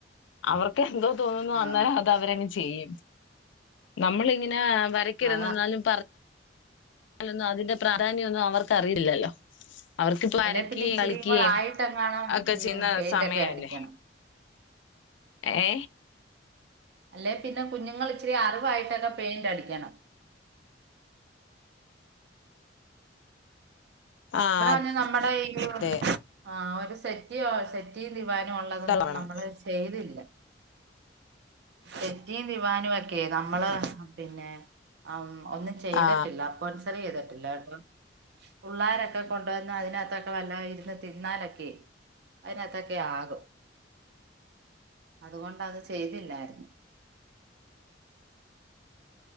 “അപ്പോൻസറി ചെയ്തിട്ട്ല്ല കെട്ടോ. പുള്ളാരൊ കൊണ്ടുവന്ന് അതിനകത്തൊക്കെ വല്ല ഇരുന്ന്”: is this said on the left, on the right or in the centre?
Right